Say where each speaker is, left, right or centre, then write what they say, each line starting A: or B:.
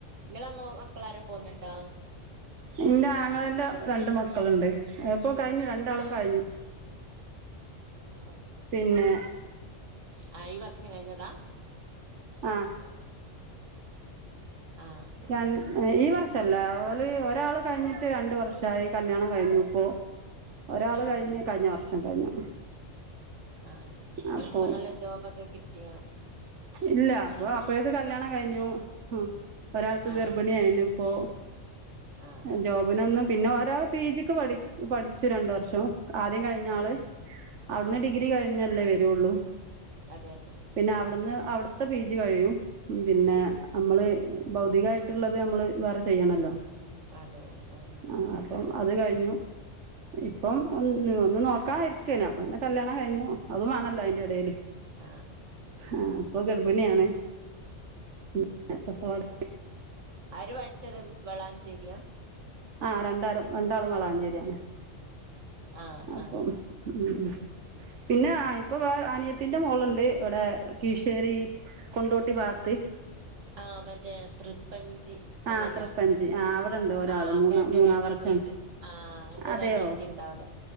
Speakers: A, on the right; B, on the right.
A: നിങ്ങളെ മൊ മക്കളാരും പോന്നുണ്ടോ
B: ഇന്റെ ആങ്ങളേന്റെ രണ്ട് മക്കളുണ്ട് എപ്പൊ കഴിഞ്ഞു രണ്ടാളും
A: ആഹ്
B: കഴിഞ്ഞു
A: ആഹ്
B: പിന്നെ
A: ആഹ് ഈ വർഷം കഴിഞ്ഞതാ
B: ആഹ്
A: ആഹ് ആഹ്
B: രണ്ട് ഈ വർ ട്ടല്ല ഓല് ഒരാള് കഴിഞ്ഞിട്ട് രണ്ട് വർഷമായി കല്യാണം കഴിഞ്ഞു ഇപ്പോ ഒരാള്
A: ആഹ്
B: കഴിഞ്ഞ് കഴിഞ്ഞ വർഷം കഴിഞ്ഞു
A: ആഹ് അവൾക്ക്
B: അപ്പോ
A: ഇപ്പം നല്ല ജോബൊക്കെ കിട്ടിയോ
B: ഇല്ല അപ്പൊ അപ്പഴേക്ക് കല്യാണം കഴിഞ്ഞു ഹും ഒരാൾക്ക്
A: ആഹ്
B: ഗർഭിണിയ ആയെന് ഇപ്പോ
A: ആഹ് ആഹ്
B: ജോബിനൊന്നും പിന്നെ ഒരാൾ പി ജി ക്ക് പഠി പഠിച്ചു രണ്ട് വർഷം ആദ്യം കഴിഞ്ഞാള്
A: ആഹ്
B: അവിടുന്ന്
A: ആഹ്
B: ഡിഗ്രി
A: ആഹ്
B: കഴി പിന്നല്ലേ വരുവുള്ളൂ
A: അതെ അതെ
B: പിന്നെ അവിടുന്ന് അവിടുത്തെ പീജി കഴിയും പിന്നെ നമ്മള് ഭൗതികായിട്ടുള്ളത് നമ്മള് വേറെ ചെയ്യണോല്ലോ
A: അതെ ആഹ്
B: ആഹ് അപ്പം അത് കഴിഞ്ഞു ഇപ്പം ഒന്ന് ഒന്ന് നോക്കാ ഇരിക്കേനു അപ്പൊ പിന്നെ കല്ല്യാണം കഴിഞ്ഞു അതു വേണംല്ലൊ അയ് എടേല്
A: ആഹ്
B: ആഹ് ഇപ്പോ ഗർഭിണിയാണ് <unintelligible>
A: അവര് പഠിച്ചത് വളാഞ്ചേരിയാ
B: ആഹ് രണ്ടാരും രണ്ടാളും വളാഞ്ചേരിയാണ്
A: ആഹ്
B: അപ്പം
A: ആഹ്
B: ഉം പിന്നായിപ്പൊ വേ അനിയത്തിന്റെ മോളുണ്ട് ഇവിടെ കിഴ്‌ശ്ശേരി കൊണ്ടോട്ടി ഭാഗത്ത്
A: ആഹ് മറ്റേ തൃപ്പഞ്ചി അല്ലല്ലേ
B: ആ തൃപ്പഞ്ച് ആ അവിടെണ്ട് ഒരാള്
A: ആഹ് അവിടെ
B: മൂന്നാ
A: എന്റെ
B: മൂന്നാം
A: ഒരനിയത്തിയുണ്ട്
B: വർഷാണ്
A: ആഹ് എന്റൊരനിയത്തിയിണ്ടവിടെ
B: അതെയോ